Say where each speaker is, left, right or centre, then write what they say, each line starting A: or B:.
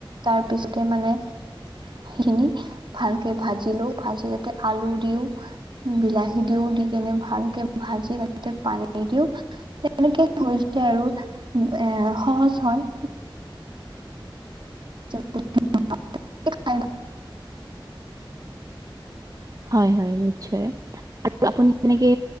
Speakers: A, on the right; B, on the right.
A: তাৰপিছতে মানে সিখিনি ভালকে ভাজি লও, ভাজি তাতে আলু দিও। বিলাহী দিও, দি কেনে ভালকে ভাজি তাতে পানী দি দিও। তেনেকে হৈছে আৰু এ সহজ হয় <unintelligible> খাই
B: হয়, হয় নিশ্চয় আৰু আপুনি কেনেকে